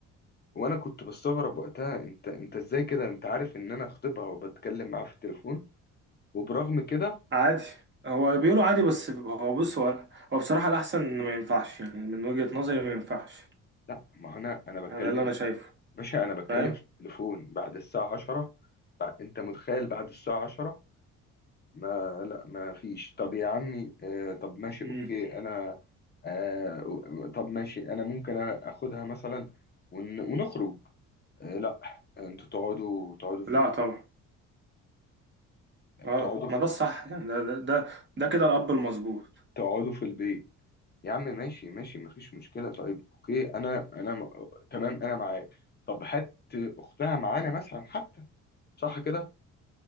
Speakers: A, on the left (about 30°); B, on the right (about 35°).
A: وانا كنت بستغرب وقتها انت انت ازاي كده انت عارف ان انا خطيبها وبتكلم معاها في التليفون وبرغم كده
B: عادي هو بيقولوا عادي بس هو بص هو هو بصراحة الأحسن إن ما ينفعش يعني من وجهة نظري ما ينفعش
A: لا ما هو انا انا بتكلم
B: يعني ده اللي أنا شايفه
A: باشا انا بتكلم
B: فاهم؟
A: في التليفون بعد الساعة عشرة بع- انت متخيل بعد الساعة عشرة ما لا ما فيش طب يا عمي آه طب ماشي
B: مم.
A: اوكي انا آه طب ماشي انا ممكن اخدها مثلا ون- ونخرج آه، لا انتوا تقعدوا تقعدوا في
B: لا طبعا اه
A: تقعدوا في
B: ما ده الصح يعني ده ده ده, ده كده الأب المظبوط
A: تقعدوا في البيت يا عم ماشي ماشي مفيش مشكلة طيب اوكي انا انا م- تمام انا معاك طب هات اختها معانا مثلا حتى صح كده